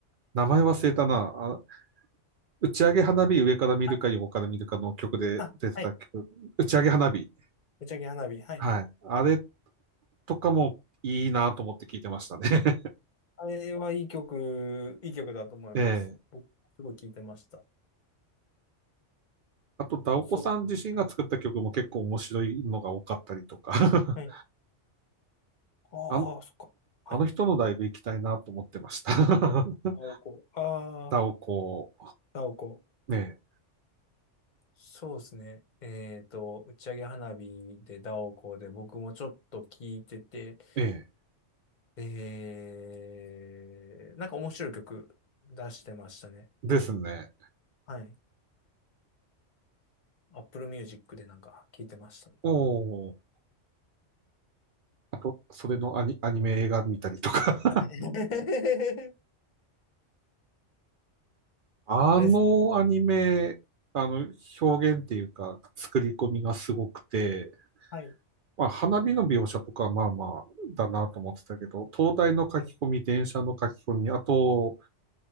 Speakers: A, on the right (about 60°); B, on the left (about 45°).
A: 名前忘れたな。あ打ち上げ花火上から見るか横から見るかの曲で出てた曲。
B: あ、あ、はい。
A: 打ち上げ花火。
B: 打ち上げ花火。はい。
A: はい。あれとかもいいなと思って聞いてましたね。<laughs>
B: あれはいい曲、いい曲だと思います。
A: ええ。
B: 僕、すごい聴いてました。
A: あと、ダオコさん自身が作った曲も結構面白いのが多かったりとか。
B: そう。はい。
A: <laughs>
B: はい。ああ、
A: あの、
B: そっか。はい。
A: あの人のライブ行きたいなと思ってました。<laughs>
B: ナオコ。ああ、
A: ダオコ。
B: ダオコ。
A: ね
B: そうですね。えっと、打ち上げ花火でダオコで僕もちょっと聴いてて、
A: え。ええ。
B: えー、なんか面白い曲出してましたね。
A: ですね。
B: はい。Apple Music でなんか聞いてましたね。
A: おお。あと、それのアニ、アニメ映画見たりとか。
B: はい <laughs>
A: <laughs> あのアニメ、
B: あれですね。はい。
A: あの、表現っていうか、作り込みがすごくて、
B: はい。
A: まあ、花火の描写とかはまあまあだなと思ってたけど、灯台の書き込み、
B: はい。
A: 電車の書き込み、あと、